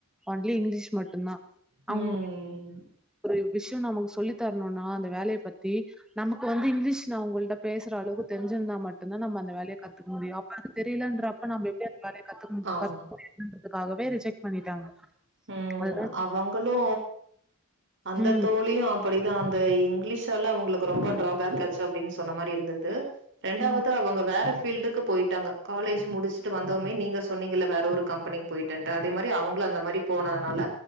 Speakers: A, in the centre; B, on the right.
A: ஒன்லி இங்கிலீஷ் மட்டுந்தா
B: ம்
A: அவங்க ஒரு விஷ் ட்டு நமக்கு சொல்லித்தரணுனா அந்த வேலைய பத்தி நமக்கு வந்து இங்கிலீஷ் நா உங்கள்ட்ட பேசற அளவு தெரிஞ்சிருந்தா மட் டுந்தா நம்ம அந்த வேலைய கத்திக்க முடியு அப்ப அது தெரியலன்றப்ப நம்ம எப்டி அந்த வேலைய கத்துக்க
B: ஆமா
A: மு <unintelligible> அதுக்காகவே ரிஜெக்ட் பண்ணிட்டாங்க
B: உம்
A: அதுதான்
B: அவங்களூ அந்த
A: ம்
B: தோழியு அப்டி தா அந்த இங்கிலீஷால அவங்களுக்கு ரொம்ப டிராபேக் ஆச்சு அப்டின் சொன்ன மாதிரி இருந்திது ரெண்டாவது
A: ம்.
B: அவங்க வேற ஃப் ஃபீல்டுக்கு போய்ட்டாங்க காலேஜ் முடிச்சிட்டு வந்தவமே நீங்க சொன்னீங்கல்ல வேற ஒரு கம்பெனிக்கு போய்டன்ட்டா அதே மாற் <unintelligible> அவுங்களூ அந்த மாரி போனதுனால